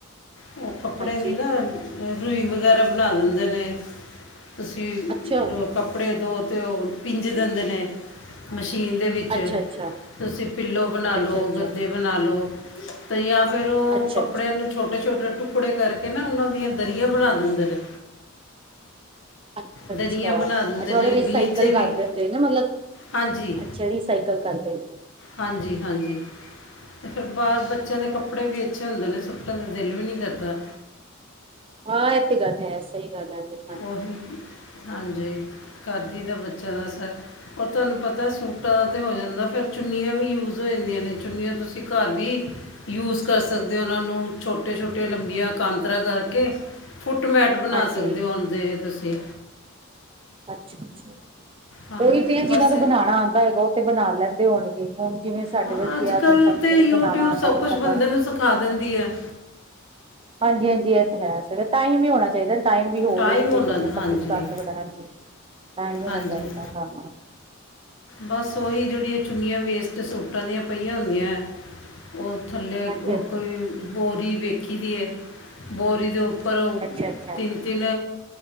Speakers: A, on the left (about 60°); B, on the right (about 25°).
A: ਉਹ ਕੱਪੜੇ
B: ਹਾਂਜੀ
A: ਦੀ ਨਾ ਰੂਈ ਵਗੈਰਾ ਬਣਾ ਦਿੰਦੇ ਨੇ। ਤੁਸੀਂ
B: ਅੱਛਾ
A: ਕੱਪੜੇ ਦੋ ਤੇ ਉਹ ਪਿੰਜ ਦਿੰਦੇ ਨੇ ਮਸ਼। ਚੀਨ ਦੇ ਵਿੱਚ
B: ਅੱਛਾ ਅੱਛਾ
A: ਤੁਸੀਂ ਪਿੱਲੋ ਬਣਾ
B: ਅੱਛਾ
A: ਲਉ
B: ਅੱਛਾ ਅੱਛਾ
A: ਗੱਦੇ ਬਣਾ ਲਉ ਤਾਂ ਜਾਂ। ਫੇਰ ਉਹ
B: ਅੱਛਾ
A: ਕੱਪੜਿਆਂ ਨੂੰ ਛੋਟੇ ਛੋਟੇ। ਟ ਟੁਕੜੇ ਕਰਕੇ ਨਾ ਉਹਨਾਂ ਦੀਆਂ ਦਰੀਆਂ ਬਣਾ ਦਿੰਦੇ ਨੇ।
B: ਅੱ ਅੱਛਾ
A: ਦਰੀਆਂ ਬਣਾ ਦਿੰਦੇ
B: ਅੱਛਾਤ
A: ਨੇ
B: ਰੀਸਾਈਕਲ
A: ਗਲੀਚੇ
B: ਕਰਦੇ
A: ਵੀ
B: ਹੁੰਦੇ ਨਾ ਮਤਲਬ।
A: ਹਾਂਜੀ
B: ਅੱਛਾ ਰੀਿਸਾਈਕਲ ਕਰਦੇ
A: ਹਾਂਜੀ ਹਾਂਜੀ ਤੇ ਫਿਰ ਬਾਹਰ ਬੱਚਿਆਂ ਦੇ ਕੱਪੜੇ ਵੀ ਅੱਛੇ ਹੁੰਦੇ ਨੇ ਸੁੱਟਣ ਦਾ ਦਿਲ ਵੀ ਨਹੀਂੀ ਕਰਦਾ
B: ਹਾਂ ਇਹ ਤੇ ਗੱਲ ਹੈ ਸਹੀ ਗੱਲ ਹੈ ਤੇ
A: ਉਹੀ ਹਾਂਜੀ ਕਰਦੀ ਤਾਂ ਬੱਚਿਆਂ ਦਾ ਸਰ ਔਰ ਤੁਹਾਨੂੰ ਪਤਾ ਸੂਟਾਂ ਦਾ ਤਾਂ ਹੋ ਜਾਂਦਾ ਫਿਰ ਚੁੰਨੀਆਂ ਵੀ ਯੂਜ਼ ਹੋ ਜਾਂਦੀਆਂ ਨੇ ਚੁੰਨੀਆਂ ਤੁਸੀਂ ਘਰ ਵੀ ਯੂਜ਼ ਕਰ ਸਕਦੇ ਹੋ ਉਹਨਾਂ ਨੂੰ ਛੋਟੇ ਛੋਟੀਆਂ ਲੰਬੀਆਂ ਕਾਂਤਰਾ ਘ ਕਿ ਫੁੱਟਮੈਟ ਬਣਾ
B: ਹਾਂਜੀ
A: ਸਕਦੇ ਹੋ ਹ ਦੇ ਤੁਸੀਂ
B: ਅੱ ਅੱ
A: ਹਾਂ
B: ਉਹੀ ਤੇ ਜਿਹਨਾਂ
A: ਬਸ
B: ਨੂੰ ਬਣਾਉਣਾ ਆਉਂਦਾ ਹੈਗਾ ਉਹ ਤੇ ਬਣਾ ਲੈਂਦਾ ਹੋਣਗੇ ਹੁਣ ਜਿਵੇਂ ਸਾਡੇ
A: ਹਾਂ
B: ਬੱਚਿਆਂ
A: ਅੱਜ ਕੱਲ
B: ਨਹੀਂ
A: ਤੇ
B: ਬਣਾਉਣਾ ਆਉਂਦਾ
A: ਸਭ ਕੁਝ
B: ਬਤਾ ਆਪਣਾ
A: ਬੰਦੇ ਨੂੰ ਸਿਖਾ ਦਿੰਦੀ ਹੈ
B: ਹਾਂਜੀ ਹਾਂਜੀ ਇਹ ਤੇ ਹੈ ਸ ਟਾਈਮ ਵੀ ਹੋਣਾ ਚਾਹੀਦਾ ਟਾਈਮ ਵੀ ਹੋਵੇ
A: ਟਾਈਮ
B: ਤੇ
A: ਹੋਣਾ
B: ਬੰਦਾ ਸਭ
A: ਹਾਂਜੀ
B: ਕੁਛ ਕਰ ਸਕਦਾ ਹਜੀ ਟਮ ਹੋਣਾ
A: ਹਾਂਜੀ
B: ਚਾਹੀਦਾ ਹ
A: ਬਸ ਉਹੀ ਜਿਹੜੀਆਂ ਚੁੰਨੀਆਂ ਵੇਸਟ ਸੂਟਾਂ ਦੀਆਂ ਪਈਆਂ ਹੁੰਦੀਆਂ ਹੈ ਉਹ ਥੱਲੇ
B: ਹਾਂਜੀ ਹਾਂਜੀ
A: ਕੋਈ ਬੋਰੀ ਵੇਖੀ ਦੀ ਹੈ ਬੋਰੀ ਦੇ ਉੱਪਰ ਪਰੋ
B: ਅੱਛਾ ਅੱਛਾ
A: ਤਨਤੀਨ